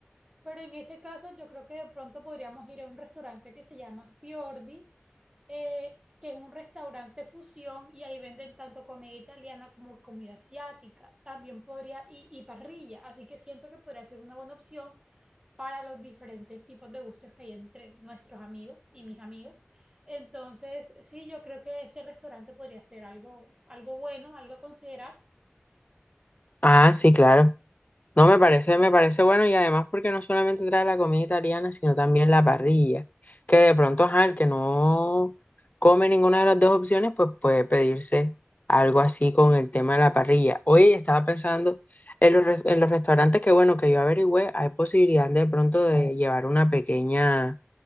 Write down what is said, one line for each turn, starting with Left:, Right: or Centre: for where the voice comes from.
Right: Pero en ese caso, yo creo que de pronto podríamos ir a un restaurante que se llama Fiordi, eh, que es un restaurante fusión y ahí venden tanto comida italiana como comida asiática. También podría, y, y parrilla, así que siento que podría ser una buena opción para los diferentes tipos de gustos que hay entre nuestros amigos y mis amigos. Entonces, sí, yo creo que ese restaurante podría ser algo, algo bueno, algo a considerar.
Left: Ah, sí, claro. No, me parece, me parece bueno y además porque no solamente trae la comida italiana, sino también la parrilla, que de pronto, ajá, el que no come ninguna de las dos opciones, pues puede pedirse algo así con el tema de la parrilla. Hoy estaba pensando en los, res- en los restaurantes que, bueno, que yo averigüé, hay posibilidad de pronto de llevar una pequeña